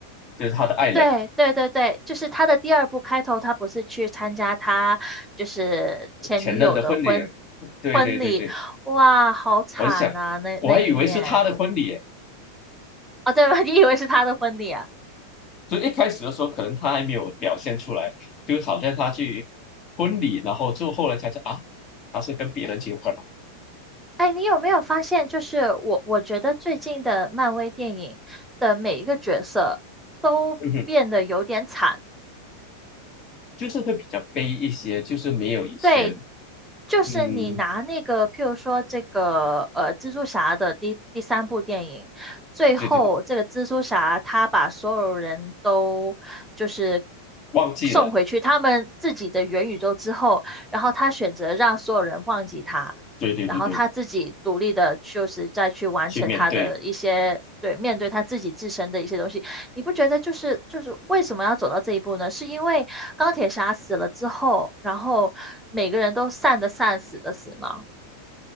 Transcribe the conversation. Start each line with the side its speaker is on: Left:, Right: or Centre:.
Left: 就是他的爱人
Centre: 对对对对，就是他的第二部开头，他不是去参加他就是前女友的婚
Left: 前任的婚礼。对对对对，
Centre: 婚礼，哇，好惨啊，
Left: 我想我还以为是他的婚礼耶
Centre: 那那一面啊，对吧？<laughs> 你以为是他的婚礼啊？
Left: 所以一开始的时候可能他还没有表现出来，就好像他去婚礼，然后就后来才知道啊，他是跟别人结婚了。
Centre: 哎，你有没有发现，就是我我觉得最近的漫威电影的每一个角色都变得有点惨。
Left: 嗯哼，就是会比较悲一些，就是没有以前，
Centre: 对，就是你拿那个，
Left: 嗯，
Centre: 譬如说这个呃，蜘蛛侠的第第三部电影，最后这个蜘蛛侠他把所有人都就是
Left: 对对对，忘记了，
Centre: 送回去他们自己的元宇宙之后，然后他选择让所有人忘记他，
Left: 对对对对，
Centre: 然后他自己独立的，就是再去完成他的一些。
Left: 去面对，
Centre: 对，面对他自己自身的一些东西，你不觉得就是就是为什么要走到这一步呢？是因为钢铁侠死了之后，然后每个人都散的散，死的死吗？